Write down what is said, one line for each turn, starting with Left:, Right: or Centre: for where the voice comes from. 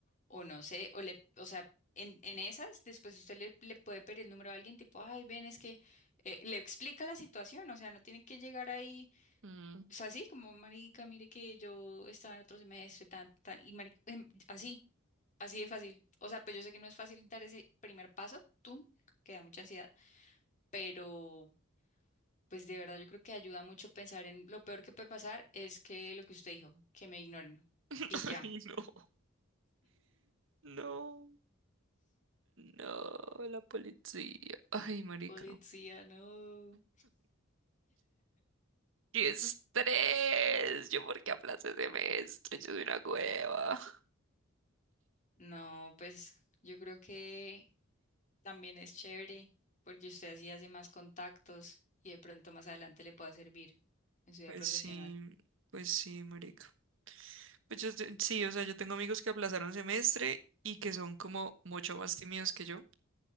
Left: o no sé, o le, o sea, en, en esas, después usted le, le puede pedir el número a alguien tipo, ay, ven, es que eh, le explica la situación, o sea, no tiene que llegar ahí,
Right: Mm.
Left: o sea, así como, marica, mire que yo estaba en otro semestre, tan, tan, y marica, em, así. Así de fácil. O sea, pues yo sé que no es fácil dar ese primer paso, tú, que da mucha ansiedad, pero pues de verdad yo creo que ayuda mucho pensar en lo peor que puede pasar es que lo que usted dijo, que me ignoren.
Right: <laughs>
Left: Y ya.
Right: Ay, no. No. No, la policía. Ay, marica.
Left: Policía, no.
Right: ¡Qué estrés! ¿Yo por qué aplacé semestre? Yo soy una cueva.
Left: No, pues yo creo que también es chévere porque usted así hace más contactos y de pronto más adelante le pueda servir en su vida
Right: Pues
Left: profesional.
Right: sí, pues sí, marica. Pues yo, te- sí, o sea, yo tengo amigos que aplazaron semestre y que son como mucho más tímidos que yo.